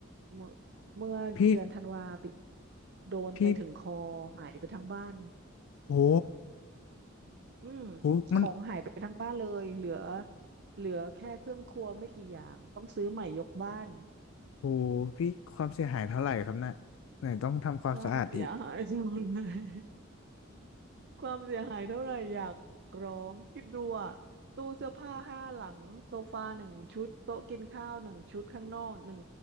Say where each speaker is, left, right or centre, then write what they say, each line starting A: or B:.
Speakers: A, on the right; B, on the left.
A: เมื่อเมื่อเดือนธันวาปี
B: พี่
A: โดนไปถึงคอหายไปทั้งบ้าน
B: พี่โอ้
A: อืม
B: โหมัน
A: ของหายไปทั้งบ้านเลยเหลือเหลือแค่เครื่องครัวไม่กี่อย่างต้องซื้อใหม่ยกบ้าน
B: โอ้โหพี่ความเสียหายเท่าไหร่ครับน่ะไหนต้องทำความสะอาดอีก
A: ความเสียหาย <laughs> ทั้งหมดเลย ความเสียหายเท่าไหร่อยากร้องคิดดูอะตู้เสื้อผ้าห้าหลังโซฟาหนึ่งชุดโต๊ะกินข้าวหนึ่งชุดข้างนอกหนึ่ง